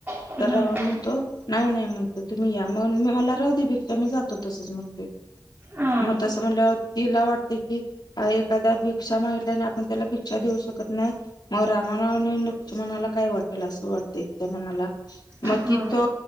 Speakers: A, on the right; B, on the left.
A: हम्म
B: तर रावण म्हणतो नाही नाही म्हणतो तुम्ही या मग मी मला राह देपेक्षा मी जातो तसच म्हण.
A: हा
B: मग तं म्हणलं तिला वाटत की एादा भिक्ा माहितल्याने आपण त्याला भिक्षा देऊ शकतो. त नाही मग रामा न लुच्या मनाला काय वाटेल असं वाटतंय तिच्या मनाला मग
A: हा
B: ति त